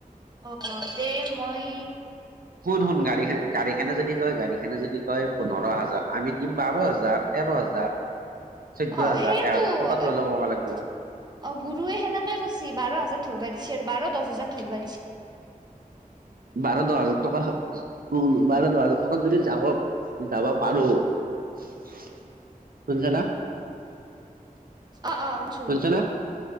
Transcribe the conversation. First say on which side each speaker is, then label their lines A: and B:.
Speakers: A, on the right; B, on the right.
A: অ দে মই‍
B: শুন শুন গাড়ী গাড়ীখনে যদি কয় গাড়ীখনে যদি কয় পোন্ধৰ হাজাৰ আমি বাৰ হাজাৰ তেৰ হাজাৰ চৈধ্য
A: অ
B: হাজাৰ
A: সেইটো
B: এক হাজাৰ
A: অ
B: টকাটো হ'লেও কমাব লাগিব
A: গুৰুৱে সেনেকে কৈছে বাৰ হাজাৰ ধৰিবা দি আৰু বাৰ দহ হাজাৰ ধৰিব দিছ
B: বাৰ দহ হাজাৰ টকা উ বাৰ দহ হাজাৰ টকাত যদি যাব যাবা পাৰো শুনছা না
A: অ অ শুনছো
B: শুনছা না